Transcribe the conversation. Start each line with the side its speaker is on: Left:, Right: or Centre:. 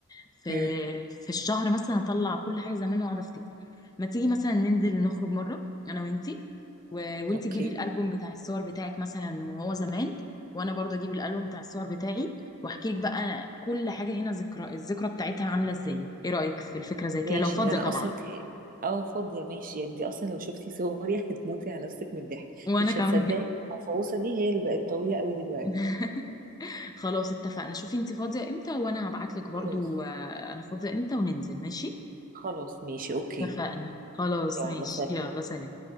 Left: في
Right: امم
Left: في الشهر مثلا اطلع كل حاجه زمان واقعد افتكر ما تيجي مثلا ننزل نخرج مره انا وانتي و... وانتي
Right: اوكي
Left: جيبي الالبوم بتاع الصور بتاعك مثلا وهو زمان وانا برضه اجيب الالبوم بتاع الصور بتاعي واحكي لك بقى كل حاجه هنا ذكرى الذكرى بتاعتها عامله ازاي ايه رايك في الفكره زي كده
Right: ماشي
Left: لو فاضيه
Right: ده انا
Left: طبعا
Right: اصلا ممكن ت... اه فاضية ماشي انت اصلا لو شفتي صوري <laughs> هتموتي على نفسك من الضحك
Left: وانا
Right: مش
Left: كمان
Right: هتصدقي إن المفعوصة دي هي اللي بقت طويلة قوي دلوقتي
Left: <laughs> خلاص اتفقنا شوفي انتي فاضيه امتى وانا هبعت لك برضه
Right: خلاص
Left: آه، انا فاضيه امتى وننزل ماشي
Right: خلاص ماشي اوكي
Left: اتفقنا خلاص
Right: يلا
Left: ماشي
Right: سلام
Left: يلا سلام